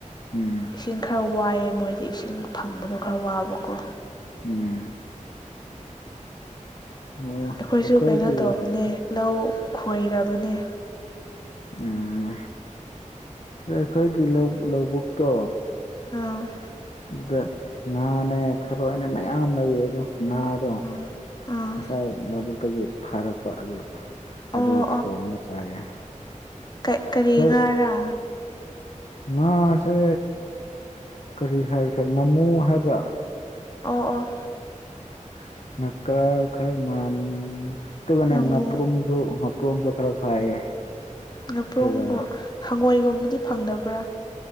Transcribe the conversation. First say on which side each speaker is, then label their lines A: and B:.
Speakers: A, on the left (about 55°); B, on the left (about 30°).
A: ꯎꯝ
B: ꯏꯁꯤꯡ ꯈꯔ ꯋꯥꯏꯑꯦ ꯃꯣꯏꯗꯤ ꯏꯁꯤꯡ ꯐꯪꯕꯗꯣ ꯈꯔ ꯋꯥꯕꯀꯣ
A: ꯎꯝ ꯑꯣ
B: ꯑꯩꯈꯣꯏꯁꯨ
A: ꯑꯩꯈꯣꯏꯒꯤ
B: ꯀꯩꯅꯣ ꯇꯧꯕꯅꯦ ꯂꯧ ꯈꯣꯏꯔꯕꯅꯦ
A: ꯎꯝ ꯑꯩꯈꯣꯏꯒꯤ ꯂꯧꯕꯨꯛꯇꯣ
B: ꯑꯝ
A: ꯑꯗꯨꯗ ꯉꯥꯅꯦ ꯊꯔꯣꯏꯅꯦ ꯃꯌꯥꯝ ꯂꯩꯌꯦ ꯑꯗꯣ ꯉꯥꯗꯣ
B: ꯑꯥ ꯑꯥ
A: ꯉꯁꯥꯏ ꯂꯧꯕꯨꯛꯇꯒꯤ ꯐꯔꯛꯄ ꯑꯗꯨ
B: ꯑꯣ
A: ꯑꯗꯨ ꯊꯣꯡꯒ ꯆꯥꯏꯌꯦ
B: ꯀꯩ ꯀꯔꯤ
A: ꯊꯔꯣꯏ
B: ꯉꯥꯔꯥ
A: ꯉꯥꯁꯦ ꯀꯔꯤ ꯍꯥꯏꯁꯦ ꯉꯥꯃꯨ ꯍꯥꯏꯕ꯭ꯔꯥ
B: ꯑꯣ ꯑꯣ
A: <unintelligible> ꯃꯥꯟ ꯇꯨꯒꯅ
B: ꯉꯥꯃꯨ
A: ꯉꯥꯄꯔꯨꯝ <unintelligible> ꯈꯔ ꯐꯥꯏꯌꯦ
B: ꯉꯥꯄ꯭ꯔꯨꯝꯒ
A: ꯑꯗꯨꯒ
B: ꯍꯪꯉꯣꯏꯒꯨꯝꯕꯗꯤ ꯐꯪꯗꯕ꯭ꯔꯥ